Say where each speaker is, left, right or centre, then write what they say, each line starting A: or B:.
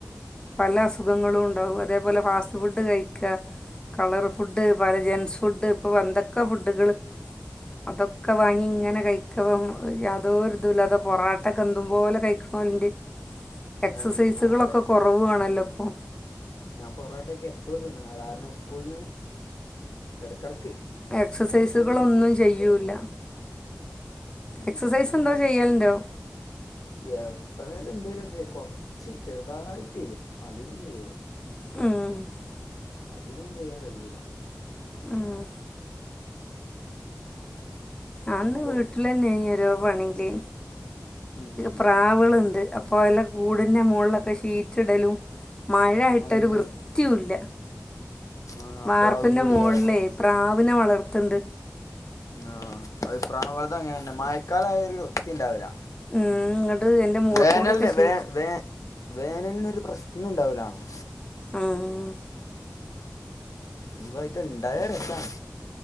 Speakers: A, on the left (about 15°); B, on the left (about 85°).
A: പല
B: ഉം
A: അസുഖങ്ങളും ഉണ്ടാവും അതേപോലെ ഫാസ്റ്റ് ഫുഡ് കഴിക്ക കളർ ഫുഡ് പല ജെൻസ് ഫുഡ് ഇപ്പൊ എന്തൊക്കെ ഫുഡുകള് അതൊ ഒക്കെ വാങ്ങി
B: ഉം
A: ഇങ്ങനെ കഴിക്കവം യാതോരു തുല്ലാതെ
B: ആ
A: പൊറാട്ടൊക്കെ എന്തു പോലെ കഴിക്ക്ണോലുണ്ട്
B: <inaudible>
A: എക്സസൈസുകളൊക്കെ
B: ആ ഇടയ്ക്ക്
A: കൊറവു ആണല്ലോ ഇപ്പം
B: ഞാൻ പൊറോട്ടക്കെ എപ്പളും തിന്ന്ണതാ കാരണം സ്കൂളിന്ന് എടക്കെടക്ക്
A: എക്സസൈസുകളൊന്നും
B: കൂടുതലും തിന്നല്
A: ചെയ്യൂല്ല
B: പൊറാട്ടെ ഉം ഞാൻ
A: എക്സസൈസ്
B: പിന്നെ അതന്നെ
A: എന്തോ
B: എക്സസ്
A: ചെയ്യലുണ്ടോ
B: എപ്പളേലും എന്തേലൊക്കെയ് കൊറച്ച് ചെറുതായിട്ടെയ്. അധികൊന്നും ചെയ്യൂല്ല
A: ഉം
B: അധികൊന്നും ചെയ്യാൻ കയ്യൂല
A: ആഹ് ഞാന്ന്
B: അപ്പം കുറ
A: വീട്ടിലന്നേനി ഓരോ പണീല്
B: ഉം.
A: പ്രാവ്കള്ണ്ട് അപ്പോ എല്ലാം കൂടിൻ്റെ മോളിലൊക്കെ ഷീറ്റ് ഇടലും മഴായിട്ടൊരു
B: അതെന്ത്
A: വൃത്തിയുല്ല
B: ആ
A: വാർപ്പിന്റെ
B: പ്രാവും കൂടില്ലേ
A: മോളിലെയ് പ്രാവിനെ വളർത്ത്ണ്ട്
B: ആഹ് അത് പ്രാവേൾത് അങ്ങനെന്നെ മഴക്കാലായാ ഒരു വൃത്തി ഇണ്ടാവുല്ല
A: ഇങ്ങോട്ട് എൻ്റെ മോളിൽ
B: വേനൽന്
A: കൂടെയൊക്കെ ഷീ
B: വേ വേ വേനലിനൊരു പ്രശ്നുണ്ടാവുലാണും
A: ആഹ്
B: ലീവായിട്ട് ഇണ്ടായാ രസാണ്